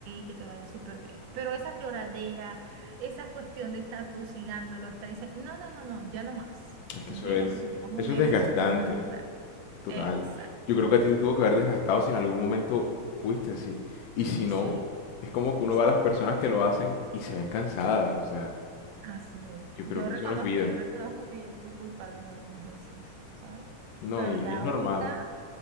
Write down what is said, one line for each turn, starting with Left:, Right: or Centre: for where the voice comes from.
Right: que te vaya súper bien. Pero esa lloradera, esa cuestión de estar tosigándolo, está diciendo, no, no, no, no, ya no más.
Left: Es que
Right: ¿Me
Left: eso
Right: entiendes?
Left: es,
Right: Porque llega un
Left: eso
Right: momento
Left: es desgastante.
Right: en que uno madura.
Left: Total.
Right: Exacto.
Left: Yo creo que a ti te tuvo que haber desgastado si en algún momento fuiste así. Y si no,
Right: Sí,
Left: es como que uno
Right: sí,
Left: va a las personas
Right: sí.
Left: que lo hacen y se ven cansadas. O sea,
Right: Así es.
Left: yo
Right: Yo
Left: creo que
Right: reconozco,
Left: eso no es vida.
Right: yo reconozco que yo fui culpable en algunas veces, ¿sabes?
Left: No,
Right: Pero
Left: y,
Right: ya
Left: y es
Right: ahorita,
Left: normal.